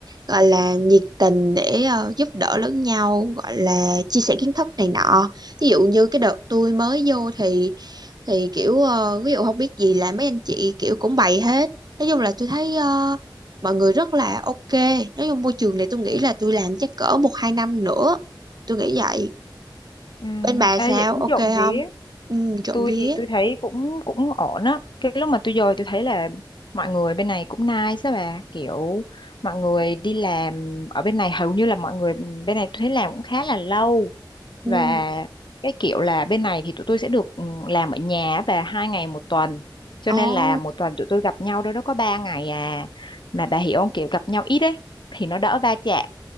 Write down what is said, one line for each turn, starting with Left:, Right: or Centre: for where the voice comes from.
Right: gọi là nhiệt tình để ờ, giúp đỡ lẫn nhau, gọi là chia sẻ kiến thức này nọ. Ví dụ như cái đợt tôi mới vô thì thì kiểu ờ, ví dụ không biết gì là mấy anh chị kiểu cũng bày hết. Nói chung là tôi thấy ờ, mọi người rất là ok. Nói chung môi trường này tôi nghĩ là tôi làm chắc cỡ một hai năm nữa. Tôi nghĩ vậy
Left: ừ,
Right: bên bà
Left: ê,
Right: sao
Left: vậy cũng
Right: ok
Left: trộm
Right: không
Left: vía
Right: ừ, trộm
Left: tôi
Right: vía
Left: thì tôi thấy cũng cũng ổn á cái lúc mà tôi dời tôi thấy là mọi người bên này cũng nice á bà kiểu mọi người đi làm ở bên này hầu như là mọi người bên này tôi thấy làm cũng khá là lâu
Right: ừ.
Left: và cái kiểu là bên này thì tụi tôi sẽ được ừ, làm ở nhà á bà hai ngày một tuần cho
Right: Ồ,
Left: nên là một tuần tụi tôi gặp nhau đâu đó có ba ngày à mà bà hiểu không kiểu gặp nhau ít ấy thì nó đỡ va chạm